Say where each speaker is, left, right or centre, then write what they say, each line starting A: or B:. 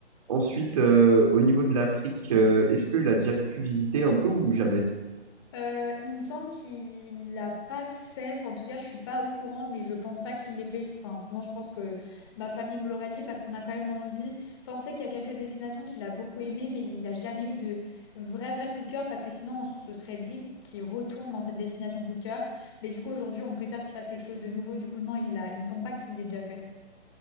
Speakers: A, on the right; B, on the left.
A: Ensuite, euh, au niveau de l'Afrique, euh, est-ce qu'il a déjà pu visiter un peu ou jamais?
B: Euh, il me semble qu'il l'a pas fait. Enfin, en tout cas, je suis pas au courant, mais je pense pas qu'il l'ait fait. Enfin, sinon, je pense que ma famille me l'aurait dit parce qu'on a quand même envie. Enfin, on sait qu'il y a quelques destinations qu'il a beaucoup aimées, mais il a jamais eu de vrai vrai coup de cœur parce que sinon, on se serait dit qu'il retourne dans cette destination coup de cœur. Mais du coup, aujourd'hui, on préfère qu'il fasse quelque chose de nouveau. Du coup, non, il l'a. Il me semble pas qu'il l'ait déjà fait.